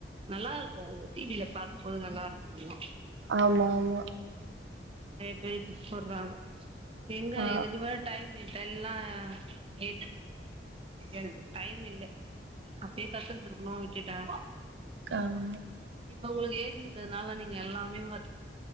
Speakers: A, on the right; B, on the right.
A: நல்லா இருக்கு அது டி வி ல் பாக்கும்போது நல்லா இருக்கு அதுல்லா
B: ஆமா ஆமா
A: பே இப்ப போடுறாங்க எங்க
B: ஆ
A: இதுக்கு மேல டைமிட்டெல்லா <inaudible> எனக்கு டைம் இல்ல அப்பயே கத்துர்ந்திருக்கணு கிட்டா
B: காமா
A: இப்ப உங்களுக்கு ஏஜ் இருக்காது அதனால நீங்க எல்லாமே வ